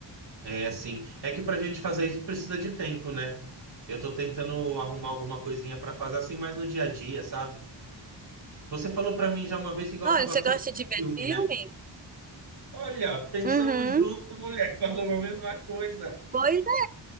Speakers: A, on the right; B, on the right.
A: É, sim. É que pra gente fazer isso precisa de tempo, né? Eu tô tentando arrumar alguma coisinha para fazer assim, mas no dia a dia, sabe? Você falou para mim já uma vez que gosta
B: Olha,
A: bastante
B: você gosta
A: de
B: de ver
A: filme,
B: filme?
A: né? Olha, pensamos
B: Uhum.
A: junto, mulher, <laughs> falou a mesma coisa.
B: Pois é.